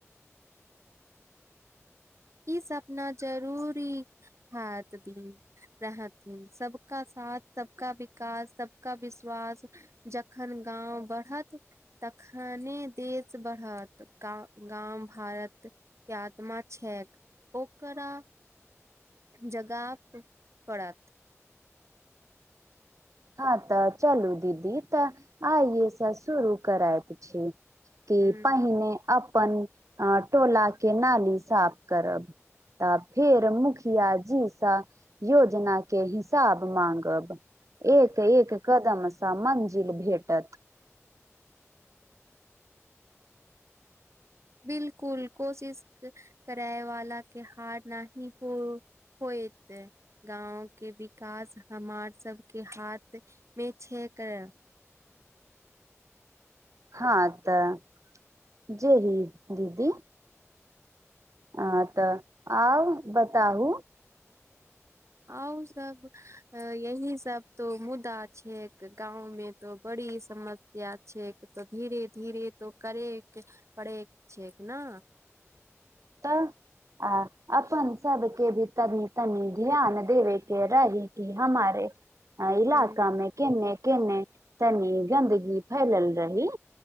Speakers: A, on the right; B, on the right.
A: <unintelligible>
B: ई सपना जरूरी हएत दिन रहथिन सबका साथ सबका विकास सबका विश्वास जखन गाँव बढ़त तखन ने देश बढ़त गाउँ गाउँ भारत के आत्मा छैक ओकरा जगाब पड़त
A: हँ तऽ चलू दीदी तऽ आइए से शुरू करयत छी कि
B: ह
A: पहिने अपन टोला के नाली साफ करब तऽ फेर मुखिया जीसँ योजना के हिसाब माँगब एक एक कदम सा मंजिल भेटत
B: बिलकुल कोशिश करय वला के हार नहि हो होइत गाँव के विकास हमार सबके हाथ मे छै करय
A: हँ तऽ जे ही दीदी हँ तऽ आउ बताहु
B: अ सब यही सब तो मुदा छैक गाँंव मे तो बड़ी सम समस्या छैक तऽ धीरे धीरे तो करय पड़ैत छैक न
A: तऽ आ अपन सबके भी तनी तनी ध्यान देबे के रहय के हमारे इलाका
B: ह
A: मे केने केने तनी गन्दगी फैलल रही